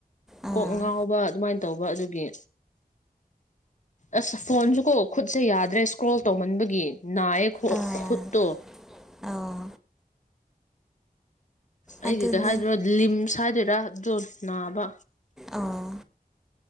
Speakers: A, in the centre; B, on the left.
A: ꯑꯥ
B: ꯀꯣꯛ ꯉꯥꯎꯕ ꯑꯗꯨꯃꯥꯏꯅ ꯇꯧꯕ ꯑꯗꯨꯒꯤ ꯑꯁ ꯐꯣꯟꯁꯨ ꯀꯣ ꯈꯨꯠꯁꯦ ꯌꯥꯗ꯭ꯔꯦ ꯏꯁꯀ꯭ꯔꯣꯜ ꯇꯧꯃꯟꯕꯒꯤ ꯅꯥꯏꯌꯦ
A: ꯑꯥ
B: ꯈꯨꯠꯇꯣ
A: ꯑꯧ
B: ꯑꯩꯒꯤ
A: ꯑꯗꯨꯅꯦ
B: ꯀꯩ ꯍꯥꯏꯗꯣꯏꯔꯣ ꯂꯤꯝꯁ ꯍꯥꯏꯗꯣꯏꯔꯥ ꯑꯗꯨꯜꯅꯥꯕ
A: ꯑꯧ